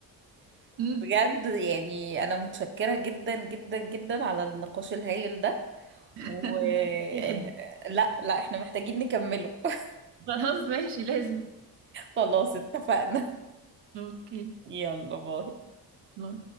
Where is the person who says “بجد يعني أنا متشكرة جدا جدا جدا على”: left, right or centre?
Right